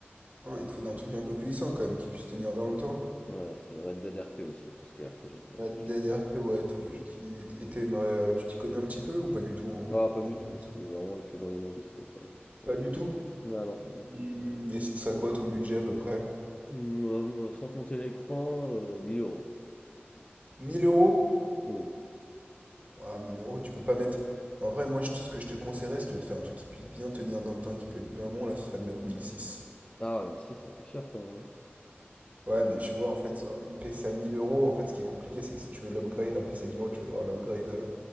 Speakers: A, on the right; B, on the left.
A: Ah, il te faut un truc un peu puissant quand même qui puisse tenir dans le temps.
B: Ouais, et Red Dead r p aussi, tout ce qui est r p j'aime bien,
A: Red
B: moi, je
A: Dead
B: te...
A: RP, ouais, tous les jeux qui étaient. Et t'aimerais, euh, tu t'y connais un petit peu ou pas du tout en,
B: Ah, pas du
A: en compétition
B: tout, je suis vraiment le plus grand des novices quoi, pour être, pour
A: Pas
B: être
A: du
B: honnête.
A: tout?
B: Ah non, pas du
A: Hmm,
B: tout.
A: et ce serait quoi ton budget à peu près?
B: Mm, euh, sans compter l'écran, euh, 1000 euros.
A: 1000 euros?
B: Oui,
A: Ah, mille euros, tu peux pas mettre. En vrai, moi, je te- ce que je te conseillerais, si tu veux te faire un truc qui puisse bien tenir dans le temps et qui peut être bien bon, là, ce serait de mettre 1006.
B: Ah ouais, mais si, ça fait cher quand même. hein.
A: Ouais, mais
B: Mais
A: tu
B: si.
A: vois, en fait, sur un PC à 1000 euros, en fait, ce qui est compliqué, c'est que si tu veux l'upgrade, un PC à 1000 euros, tu vas devoir l'upgrade euh,